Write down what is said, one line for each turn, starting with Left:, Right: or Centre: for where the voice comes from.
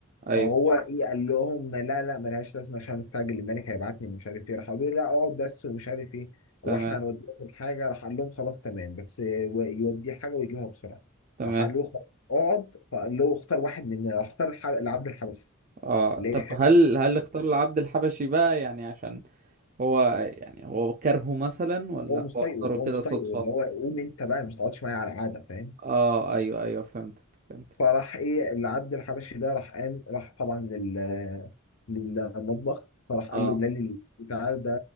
Right: ايوه
Left: فهو ايه قال لهم لا لا ملهاش لازمه عشان مستعجل الملك هيبعتني ومش عارف ايه راح قالوا له لا اقعد بس ومش عارف ايه واحنا
Right: تمام
Left: هنوديك حاجه راح قال لهم خلاص تمام بس آه، و- يوديه حاجه ويجيبها بسرعه
Right: تمام
Left: راح قال له خلاص اقعد فقال له اختار واحد مننا راح اختار الح- العبد الحبشي
Right: اه
Left: ليه
Right: طب
Left: خالد
Right: هل هل اختار العبد الحبشي بقى يعني عشان هو يعني هو كرهه مثلا ولا
Left: هو مش
Right: هو
Left: طايقه
Right: اختاره كده
Left: هو مش
Right: صدفة
Left: طايقه اللي هو قوم انت بقى مش تقعدش معايا على القعده فاهم
Right: اه ايوه ايوه فهمتك فهمتك
Left: فراح ايه اللي عبد الحبشي ده راح قام راح طبعا لل للمطبخ فراح
Right: اه
Left: قال له بلال بتاع ده